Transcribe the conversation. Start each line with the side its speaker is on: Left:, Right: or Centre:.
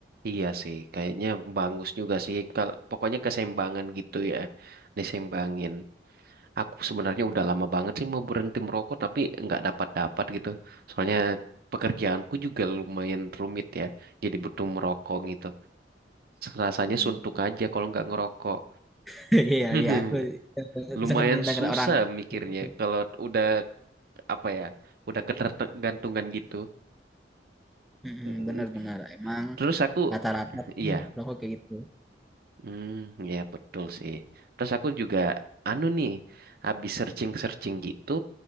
Right: Iya sih, kayaknya bagus juga sih. Kalau pokoknya keseimbangan gitu ya, diseimbangin. Aku sebenarnya udah lama banget sih mau berhenti merokok, tapi nggak dapat-dapat gitu. Soalnya pekerjaanku juga lumayan rumit ya, jadi butuh merokok gitu. Rasanya
Centre: Hmm.
Right: suntuk aja kalau nggak ngerokok.
Centre: <laughs> Iya,
Right: <laughs>
Centre: iya, aku
Right: Lumayan
Centre: sangat mendengar
Right: susah
Centre: orang
Right: mikirnya
Centre: begitu.
Right: kalau udah apa ya, udah ketergantungan gitu.
Centre: mm
Right: Mm,
Centre: Benar-benar emang
Right: Terus aku,
Centre: rata-rata tuh
Right: iya.
Centre: perokok kayak gitu.
Right: Hmm, ya betul sih. Terus aku juga anu nih, habis searching-searching gitu,